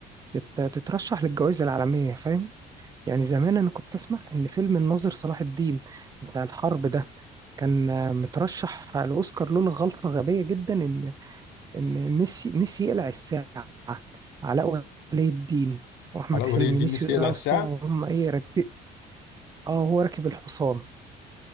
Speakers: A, on the right; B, on the left.
A: تت- تترشح للجوائز العالميه فاهم يعني زمان انا كنت اسمع ان فيلم الناظر صلاح الدين بتاع الحرب ده كان مترشح لاوسكار لولا غلطه غبيه جدا ان ان نسي نسي يقلع الساعه علاء ولي الدين واحمد
B: علاء
A: حلمي
B: ولي الدين
A: نسيوا
B: نسي
A: يقلعوا
B: يقلع الساعه
A: الساعه وهم ايه راكبين اه هو راكب الحصان